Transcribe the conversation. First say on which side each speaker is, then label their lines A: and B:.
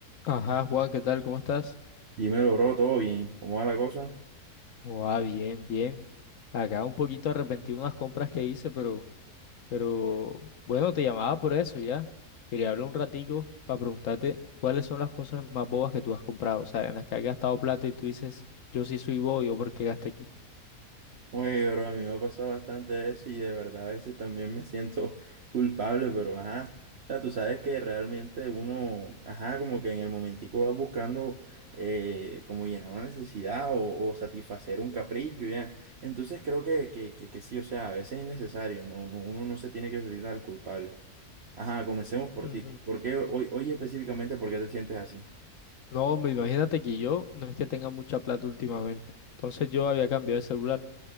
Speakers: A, on the left; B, on the right.
A: Ajá, Juan, ¿qué tal? ¿Cómo estás?
B: Dímelo, bro, todo bien. ¿Cómo va la cosa?
A: Joa, bien, bien. Acá un poquito arrepentido de unas compras que hice, pero, pero bueno, te llamaba por eso ya. Quería hablar un ratico para preguntarte cuáles son las cosas más bobas que tú has comprado, o sea, en las que has gastado plata y tú dices, yo sí soy bobo, yo por qué gasté aquí.
B: Oye, bro, a mí me ha pasado bastante eso y de verdad a veces también me siento <laughs> culpable, pero ajá. O sea, tú sabes que realmente uno, ajá, como que en el momentico va buscando eh, como llenar una necesidad o, o satisfacer un capricho, ya. Entonces creo que, que, que, que sí, o sea, a veces es necesario, no, no- uno no se tiene que sentir tan culpable. Ajá, comencemos por
A: Ujú.
B: ti. ¿Por qué hoy, hoy específicamente, por qué te sientes así?
A: No, hombre, imagínate que yo no es que tenga mucha plata últimamente. Entonces yo había cambiado de celular.